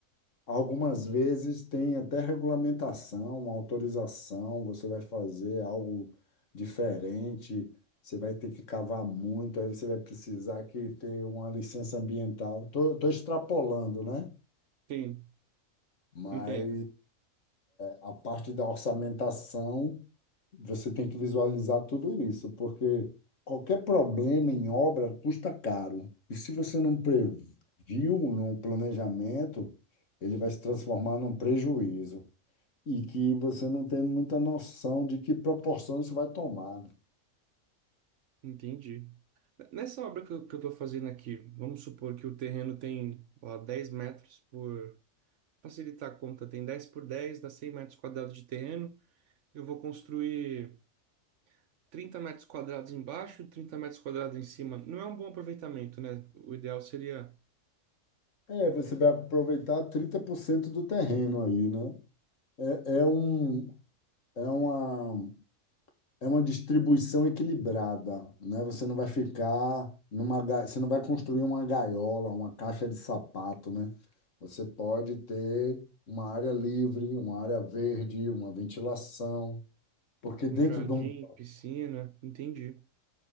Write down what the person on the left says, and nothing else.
Algumas vezes tem até regulamentação, autorização, você vai fazer algo diferente, você vai ter que cavar muito, aí você vai precisar que ter uma licença ambiental. Estou tô, tô extrapolando, né?
Mas
a parte da orçamentação, você tem que visualizar tudo isso, porque qualquer problema em obra custa caro. E se você não previu no planejamento, ele vai se transformar num prejuízo. e que você não tem muita noção de que proporção isso vai tomar. né?
É, você vai aproveitar 30% do terreno aí, né? É, é um, é uma, é uma distribuição equilibrada, né? Você não vai ficar numa, ga- você não vai construir uma gaiola, uma caixa de sapato, né? Você pode ter uma área livre, uma área verde, uma ventilação, porque dentro
de um